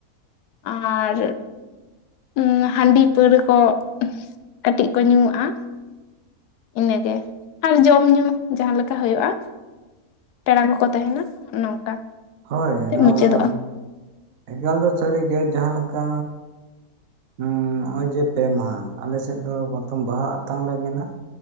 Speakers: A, on the left; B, on the right.
A: ᱟᱨᱼ ᱩᱢ ᱦᱟᱺᱰᱤ ᱯᱟᱹᱣᱨᱟᱹ ᱠᱚ ᱩᱸᱜᱦ ᱠᱟᱹᱴᱤᱡ ᱠᱚ ᱧᱩᱣᱟᱜᱼᱟ ᱤᱱᱟᱹᱜᱮ ᱟᱨ ᱡᱚᱢ ᱧᱩ ᱡᱟᱦᱟᱸ ᱞᱮᱠᱟ ᱦᱩᱭᱩᱜᱼᱟ ᱯᱮᱲᱟ ᱠᱚᱠᱚ ᱛᱟᱦᱮᱱᱟ ᱱᱚᱝᱠᱟ
B: ᱦᱳᱭ
A: ᱛᱮ
B: ᱱᱚᱶᱟ
A: ᱢᱩᱪᱟᱹᱫᱚᱜᱼᱟ
B: ᱮᱠᱟᱞ ᱫᱚ ᱥᱟᱹᱨᱤᱜᱮ ᱡᱟᱦᱟᱸ ᱞᱮᱠᱟ ᱱᱚᱜ ᱚᱭ ᱡᱮ ᱯᱮ ᱢᱟᱦᱟᱸ ᱟᱞ ᱥᱮᱫ ᱫᱚ ᱯᱨᱚᱛᱷᱚᱢ ᱵᱟᱦᱟ ᱟᱛᱟᱝ ᱞᱮ ᱢᱮᱱᱟ